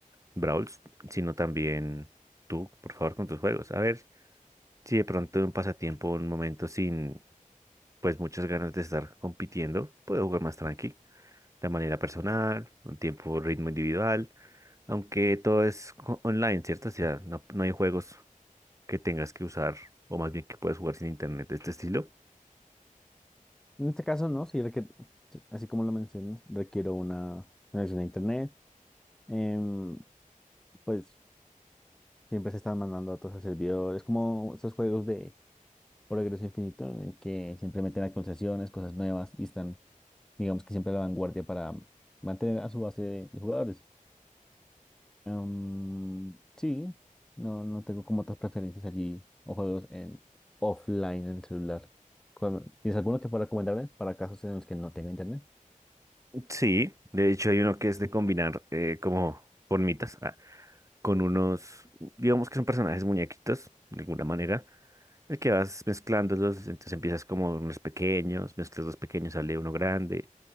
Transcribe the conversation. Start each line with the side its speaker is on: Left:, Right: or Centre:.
Right: Brawls, sino también tú, por favor, con tus juegos. A ver si de pronto un pasatiempo, un momento sin, pues, muchas ganas de estar compitiendo, puedo jugar más tranqui, de manera personal, un tiempo, ritmo individual, aunque todo es co- online, ¿cierto? O sea, no, no hay juegos que tengas que usar, o más bien que puedes jugar sin internet de este estilo.
Centre: En este caso, no, sí requiere, así como lo mencionas, requiero una conexión a internet. Em, pues siempre se están mandando datos al servidor. Es como esos juegos de progreso infinito en que siempre meten actualizaciones, cosas nuevas y están, digamos que siempre a la vanguardia para mantener a su base de, de jugadores. Em, sí, no, no tengo como otras preferencias allí o juegos en offline en el celular. ¿Cuál- ¿Tienes alguno que pueda recomendarme para casos en los que no tenga internet?
Right: Sí, de hecho hay uno que es de combinar eh, como formitas ah, con unos, digamos que son personajes muñequitos, de alguna manera, el que vas mezclándolos, entonces empiezas como unos pequeños, mezclas dos pequeños, sale uno grande,